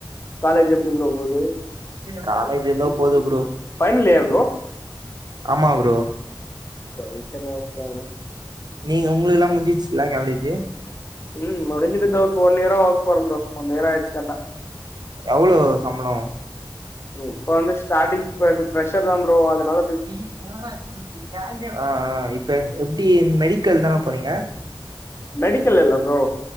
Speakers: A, on the left; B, on the right.
A: காலேஜ் எப்டி ப்ரோ போது
B: காலேஜ் எதோ போது ப்ரோ
A: ஃபைனல் இயர் ப்ரோ
B: ஆமா ப்ரோ
A: சரி சரி ஓகே ப்ரோ
B: நீங்க உங்களுக்குலா முன்ஞ்சுச்சுல காலேஜு
A: ம் முடிஞ்சிருக்கு இப்ப ஒன் நேரோ ஓர்க் போறன் ப்ரோ ஓன் இயர் ஆய்ச்சு கர்ட்டா
B: எவுளோ சம்ளோ
A: இப்ப வந்து ஸ்டாடிங் போறது பிரஷர்தான் ப்ரோ அதுனால
B: ம் பவுட்ரா ஆக்குன் சொல்லி ஆ ஆ இப்ப எப்டி மெடிக்கல் தான போனீங்க
A: மெடிக்கல் இல்ல ப்ரோ